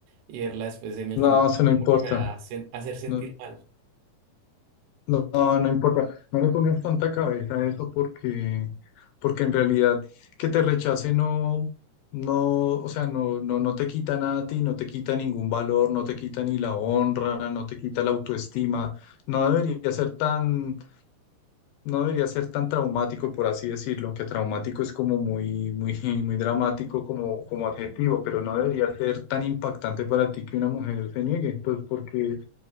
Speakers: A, on the right; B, on the left.
A: y verla después en el
B: no,
A: gimnasio,
B: se no importa.
A: como que me va a sen- hacer sentir
B: No,
A: mal.
B: No, no no importa, no le pongas tanta cabeza a eso porque, porque en realidad que te rechace no, no, o sea, no, no, no te quita nada a ti, no te quita ningún valor, no te quita ni la honra, no te quita la autoestima, no debería ser tan, no debería ser tan traumático, por así decirlo, aunque traumático es como muy, muy, <laughs> muy dramático como, como adjetivo, pero no debería ser tan impactante para ti que una mujer se niegue, pues porque